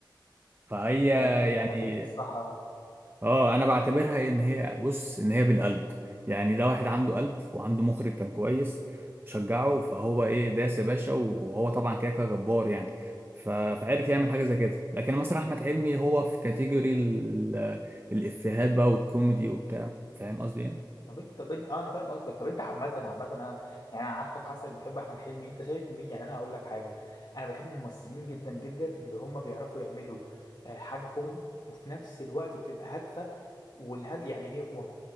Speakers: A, on the right (about 25°); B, on the left (about 60°).
A: فهي
B: فانت بتتكلم
A: يعني
B: في الصح
A: اه انا بعتبرها ان هي بص ان هي بالقلب يعني ده واحد عنده قلب وعنده مخرج كان كويس شجعه فهو ايه داس يا باشا وهو طبعا كده كده جبار يعني ف- فعرف يعمل حاجه زي كده لكن مثلا احمد حلمي هو في كاتيجوري ال- الافيهات بقى والكوميدي وبتاع فاهم قصدي ايه
B: طب انت طب انت اه انا فاهم قصدك طب انت عامة عامة انا يعني انا عارفك حاسك بتحب احمد حلمي انت شايف مين يعني انا هقول لك حاجة انا بحب الممثلين جدا جدا اللي هم بيعرفوا يعملوا آه، حاجة كوميدي وفي نفس الوقت بتبقى هادفة والهاد يعني ايه وما